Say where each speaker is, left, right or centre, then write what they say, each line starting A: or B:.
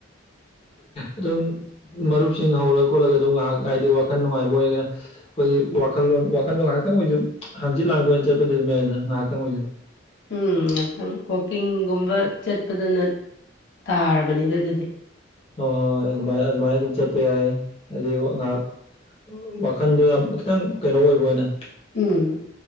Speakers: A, on the left; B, on the left.
A: ꯑꯗꯨꯣ ꯃꯔꯨꯞꯁꯤꯡ ꯍꯧꯔ ꯈꯣꯠꯂꯒ ꯑꯗꯨꯝ ꯉꯥꯏꯍꯥꯛ ꯍꯥꯏꯗꯤ ꯋꯥꯈꯜ ꯅꯨꯡꯉꯥꯏꯕ ꯑꯣꯏꯔꯒꯅ ꯑꯩꯈꯣꯏꯒꯤ ꯋꯥꯈꯜꯂꯣꯟ ꯋꯥꯈꯜꯗꯣ ꯉꯥꯏꯍꯥꯛꯇꯪ ꯇꯪ ꯑꯣꯏꯁꯨ ꯍꯪꯆꯤꯠ ꯂꯥꯡꯕ ꯑꯣꯏꯅ ꯆꯠꯄꯗꯤ ꯑꯗꯨꯝ ꯌꯥꯏꯗꯅ ꯉꯥꯏꯍꯥꯛꯇꯪ ꯑꯣꯏꯁꯨ
B: ꯎꯝ ꯉꯥꯛꯇꯪ ꯋꯥꯋꯀꯤꯡꯒꯨꯝꯕ ꯆꯠꯄꯗꯅ ꯇꯥꯔꯕꯅꯤꯗ ꯑꯗꯨꯗꯤ
A: ꯍꯣꯏ ꯍꯣꯏ ꯍꯣꯏ ꯑꯗꯨꯃꯥꯏ ꯑꯗꯨꯃꯥꯏꯅ ꯑꯗꯨꯝ ꯆꯠꯄ ꯌꯥꯏ ꯍꯥꯏꯗꯤ ꯉꯥꯏꯍꯥꯛ ꯋꯥꯈꯟꯗꯣ ꯌꯥꯝ ꯈꯤꯇꯪ ꯀꯩꯅꯣ ꯑꯣꯏꯕ ꯑꯣꯏꯅ
B: ꯎꯝ